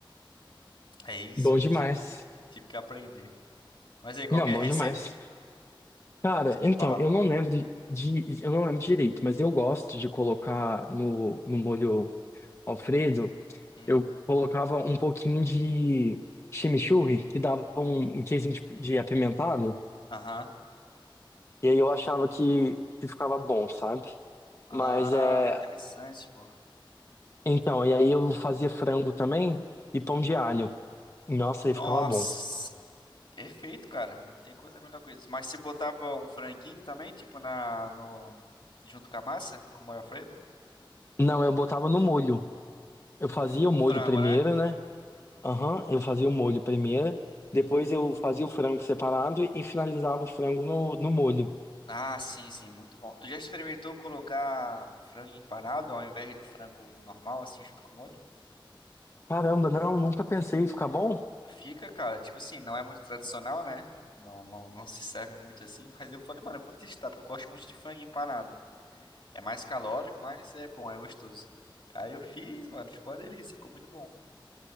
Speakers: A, on the left; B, on the left.
A: Aí sim,
B: Bom demais.
A: tive, tive que aprender. Mas aí qualquer
B: Não, bom
A: receita
B: demais. Cara,
A: que você
B: então,
A: ia falar.
B: eu não lembro de- eu não lembro direito, mas eu gosto de colocar no, no molho Alfredo.
A: Hum.
B: Eu colocava um pouquinho de chimichurri, que dava um, um queijinho de, de apimentado,
A: Aham.
B: e aí eu achava que, que ficava bom, sabe?
A: Ah,
B: Mas é.
A: interessante, pô.
B: Então, e aí eu fazia frango também e pão de alho. Nossa, aí
A: Nossa,
B: ficava bom.
A: perfeito, cara. Não tem coisa melhor que isso. Mas se botava um franguinho também, tipo na no junto com a massa, com o molho Alfredo?
B: Não, eu botava no molho. Eu fazia
A: Um f- o
B: o molho
A: frango,
B: primeiro,
A: né?
B: né? Aham, eu fazia o molho primeiro. Depois eu fazia o frango separado e finalizava o frango no, no molho.
A: Ah, sim, sim, muito bom. Tu já experimentou colocar frango empanado ao invés do frango normal, assim, junto com o molho?
B: Caramba, não, nunca pensei em ficar bom.
A: Fica, cara, tipo assim, não é muito tradicional, né? Não, não, não se serve muito assim, <laughs> mas eu falei, mano, eu vou testar, porque eu gosto muito de frango empanado. É mais calórico, mas é bom, é gostoso. Aí eu fiz, mano, ficou uma delícia, ficou muito bom.